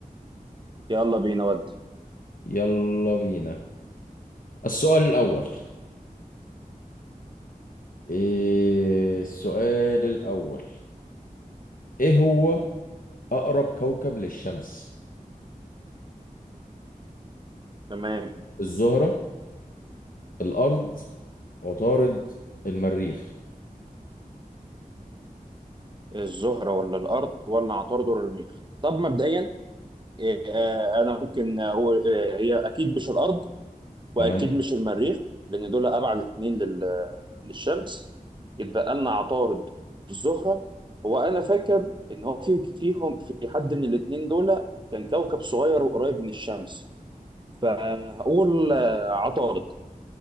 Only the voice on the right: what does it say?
يلا بينا ودي
تمام
الزهره ولا الارض ولا عطارد ولا المريخ طب مبدئيا إيه، آه، انا ممكن اقول آه، هي اكيد مش الارض واكيد
مش المريخ لان دول ابعد اتنين لل... للشمس يتبقى لنا عطارد الزهره هو انا فاكر ان هو في فيهم في حد من الاتنين دول كان كوكب صغير وقريب من الشمس فهقول آه، عطارد